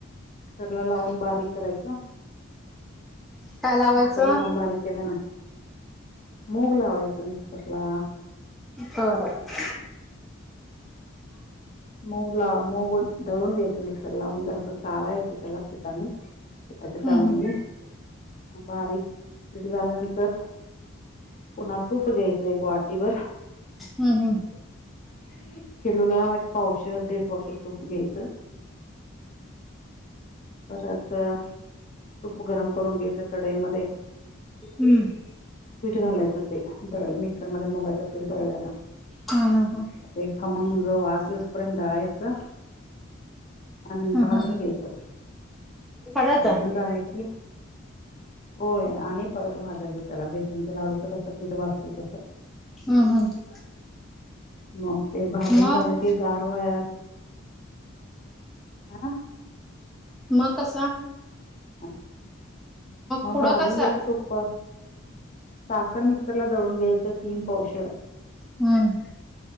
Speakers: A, on the left; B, in the centre.
A: चला लावून, बारीक करायचं
B: काय लावायचं
A: मिक्सर लावून बारीक केलं ना? मग लावायचं मिक्सर ला!
B: हो हो! !
A: मग ला म दळून घ्यायचं! मिक्सर लावून जर अस! चाळायचं त्याला पिठाने पिठाच्या
B: हम्म
A: काळणीने
B: हम्म
A: बारीक पीठ झाल्यानंतर पुन्हा तूप घ्यायच एक वाटीवर
B: हम्म हम्म हम्म हम्म
A: <inaudible> <unintelligible> दीड पावशर तूप घ्यायचं! परत तूप गरम करून घ्यायच कढईमध्ये
B: हम्म! !
A: पीठ घालायचं ते दळ मिक्सर मध्ये मुगाचं पीठ, दळ्याला
B: हम! ह! हा!
A: ते खमंग वास येऊस पर्यंत दळायचं आणि
B: हम्म
A: भाजून
B: हम्म
A: घ्यायचं
B: परत
A: भाजून
B: हम्म
A: झालं की! होय! आणि परत भाजायचं, त्याला बेसनच लाडूचं, कसं पीठ भाजतो तसं!
B: हम! हम! !
A: मग ते भाजून
B: मग
A: झालं की गारवाया हं हेना
B: म कसा
A: <inaudible> मग
B: पुढं
A: भाजून
B: कसा?
A: घ्यायचं तुप्प, साखर मिक्सरला दळून घ्यायचं. तर तीन पौवशर
B: हम्म